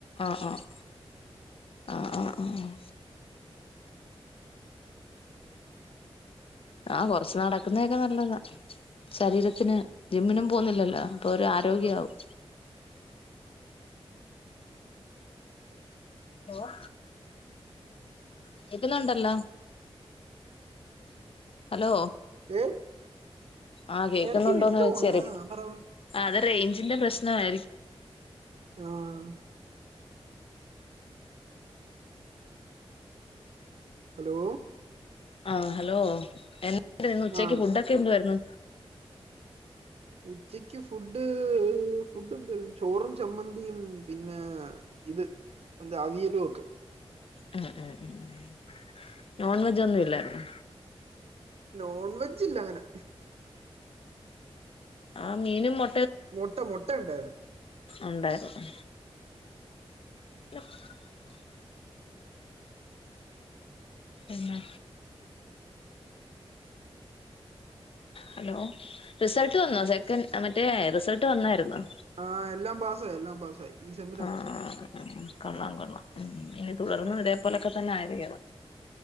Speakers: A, on the left (about 65°); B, on the right (about 80°).
A: ആഹ് ആഹ് ആഹ് ആഹ് ആഹ് ആഹ് ആഹ് കൊറച്ചു നടക്കുന്നതൊക്കെ നല്ലതാ ശരീരത്തിന് ജിമ്മിനും പോവുന്നില്ലല്ലോ അപ്പൊ ഒരു ആരോഗ്യാവും ഹലോ കേൾക്കുന്നുണ്ടല്ലോ
B: <inaudible>
A: ഹലോ
B: ഏ
A: ആഹ് കേക്കുന്നുണ്ടോന്ന്
B: ഇടക്ക് വിട്ടു
A: ചോയ്ച്ചേര്
B: പോന്ന് ആ പറ
A: അത് റേയ്ഞ്ചിന്റെ പ്രസ് നായിരിക്കും
B: ആഹ് ഹലോ
A: ആ ഹലോ എ <unintelligible> ഇന്ന് ഉച്ചക്ക്
B: ആ
A: ഫുഡൊക്കെ എന്ത്വായിരുന്നു
B: ഉച്ചക്ക് ഫുഡ് ഫുഡ് എന്തേരു ചോറും ചമ്മന്തിയും പിന്നെ ഇത് എന്താ അവിയലൊക്കെ
A: ഉം ഉം ഉം നോൺ വെജൊന്നും ഇല്ലായിരുന്നോ
B: നോൺവെജില്ല ങ്ങനെ
A: ആ മീനും മൊ
B: മുട്ട മുട്ട ണ്ടായിരുന്നു
A: ഉണ്ടായിരുന്ന് <unintelligible> പിന്നെ ഹലോ റിസൾട്ട് വന്നോ സെക്കൻഡ് മറ്റേ റിസൾട്ട് വന്നായിരുന്നോ
B: ആ എല്ലാം പാസായി എല്ലാം പാസായി ഈ സ
A: ആഹ് ആഹ് കൊള്ളാം കൊള്ളാം ഉം ഇനി തുടർന്നും ഇതേപോലെക്കെ തന്നെ ആയി തേയോ